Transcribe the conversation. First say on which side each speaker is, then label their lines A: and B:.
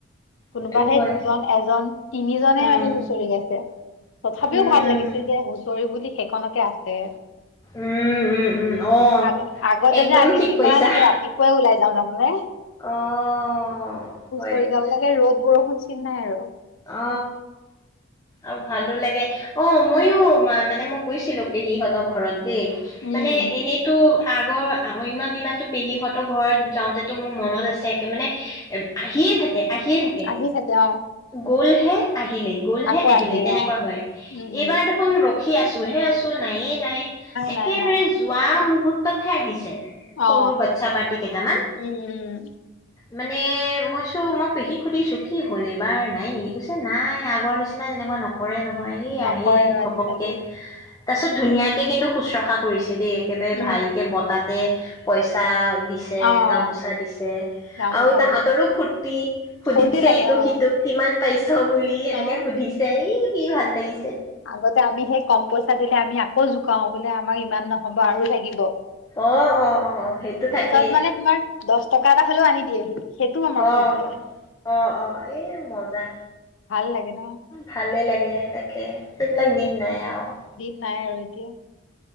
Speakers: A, on the left; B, on the left.
A: কোনোবা
B: সেইটোও
A: হে
B: হয়।
A: দুজন এজন তিনি জনে
B: উম,
A: আহি হুঁচৰি গাইছে, তথাপিও
B: উম,
A: ভাল লাগিছে যে হুঁচৰি বুলি সেইকনকে আছে
B: উম উম উম অহ
A: আগ আগতে
B: একদম
A: যে আমি
B: ঠিক
A: কিমান
B: কৰিছা
A: একে ৰাতিপুৱাই ওলাই যাওঁ জানানে
B: অহ
A: হুঁচৰি
B: হয় দিয়া
A: গাবলৈকে ৰ'দ বৰষুণ চিন নাই আৰু
B: অ আৰু ভালো লাগে, অ মইও মানে মই গৈছিলো পেহীহঁতৰ ঘৰত দেই
A: উম
B: মানে এনেইতো আগৰ অন্য দিনা টো পেহীহঁত ঘৰত যাওঁতেতো মোৰ মনত আছে একে মানে এ আহিয়ে থাকে আহিয়ে থাকে
A: আহি থাকে অ
B: গলহে আহিলেই গ'লহে
A: আকৌ
B: আহিলেই
A: আহে
B: তেনেকুৱা
A: অ
B: হয়,
A: উম
B: এইবাৰ
A: উম
B: দেখোন ৰ ৰখি আছো হে আছো নাই নাই একেবাৰে
A: নাই নাই
B: যোৱা মু মুহূৰ্ততহে আহিছে সৰু
A: অ
B: বাচ্ছা পাৰ্টি কেইটামান
A: উম উম
B: মানে মই চো মই পেহীক সুধিছোঁ কি হ'ল এইবোৰ এবাৰ নাই নেকি? কৈছে নাই আগৰ নিচিনা যেনেকুৱা নক কৰে নহয়
A: নকৰে আৰু আজিকালি
B: তাৰ পাছত ধুনীয়াকে কিন্তু শুশ্ৰূষা কৰিছে হেতি একেবাৰে
A: উম
B: ভালকৈ বতাতে পইচা দিছে
A: অ
B: গামোচা দিছে
A: গামোচা
B: আৰু তাহতৰো
A: দি
B: ফূুৰ্তি সুধিছে
A: ফূৰ্তি লাগে
B: এইটো
A: অ
B: হিতো তোক কিমান পাইছ বুলি এনেকে
A: অ
B: সুধিছে, এই কি ভাল লাগি
A: আগতে আমি সেই কম পইচা দিলে আমি আকৌ জোকাও বোলে আমাক ইমান নহব আৰু লাগিব
B: অ অ অ সেইটো
A: পিছত
B: থাকেই
A: মানে তোমাৰ দছ টকা এটা হলেও আনি দিয়েহি সেইটো আমাৰ ফূৰ্তি
B: অ অ অ এ মজা
A: ভাল লাগে ন
B: ভালে লাগে, তাকে সেইবিলাক দিন
A: উম,
B: নাই আৰু
A: দিন নাই আৰু এতিয়া